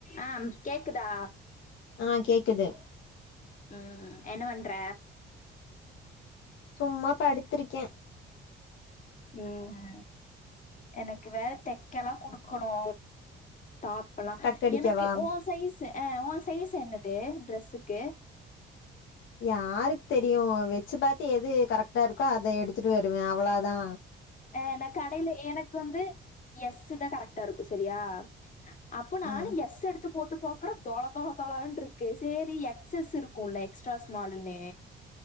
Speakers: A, on the left; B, on the left.
A: ஆ ம் கேக்குதா
B: ஆ கேக்குது
A: ம் ம் என்ன பண்ற
B: சும்மா படுத்துருக்கே
A: ம் அ எனக்கு வேற தெக்கெல்லா குடுக்கணு டாப்பலா
B: டக்கடிக்கவா
A: எனக்கு ஓ சைஸ் ஆ ஓ சைஸ் என்னது ட்ரெஸ்ஸுக்கு
B: யாருக்கு தெரியு வெச்சு பாத்து எது கரெக்ட்டா இருக்கோ அத எடுத்துட்டு வருவே அவ்ளோ தா
A: அ ந கடேயில எனக்கு வந்து எஸ் தா கரெக்டா இருக்கு செரியா அப்ப நானு
B: ம்
A: எஸ் எடுத் எத்து போட்டு பாக்குறே தொள தொள தொளன்ட்ருக்கு சேரி எக்ஸஸ் இருக்குல்ல எக்ஸ்ட்ரா ஸ்மால்லுனு